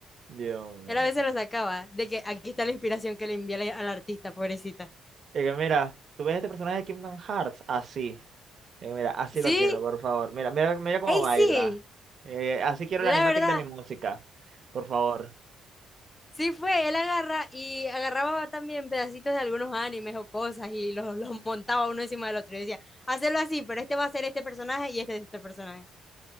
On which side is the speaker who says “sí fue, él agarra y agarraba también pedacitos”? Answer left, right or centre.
Left